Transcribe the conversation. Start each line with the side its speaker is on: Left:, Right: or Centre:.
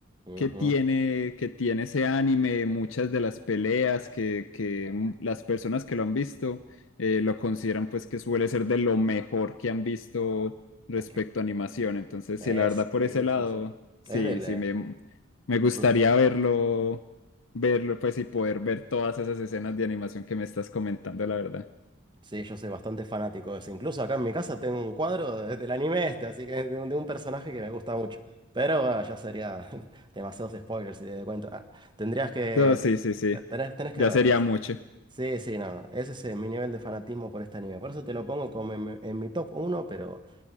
Right: ujú.
Left: que tiene, que tiene ese anime, muchas de las peleas que, que m- las personas que lo han visto eh, lo consideran pues que suele ser de lo mejor que han visto respecto
Right: Es que
Left: a animación. Entonces,
Right: es,
Left: sí, la verdad
Right: sí,
Left: por ese lado,
Right: sí, sí.
Left: sí,
Right: Es del.
Left: sí,
Right: eh,
Left: me, me gustaría
Right: ujú.
Left: verlo, verlo pues y poder ver todas esas escenas de animación que me estás comentando, la verdad.
Right: Sí, yo soy bastante fanático de eso. Incluso acá en mi casa tengo un cuadro de- del anime este, así que de un, de un personaje que me gusta mucho. Pero ah, ya sería <laughs> demasiados spoilers si te doy cuenta. Ah, tendrías que.
Left: No, sí, sí, sí,
Right: eh, Tenés, tenés que
Left: ya
Right: verlo.
Left: sería mucho.
Right: Sí, sí, no, no, ese es eh, mi nivel de fanatismo por este anime. Por eso te lo pongo como en, en mi top uno, pero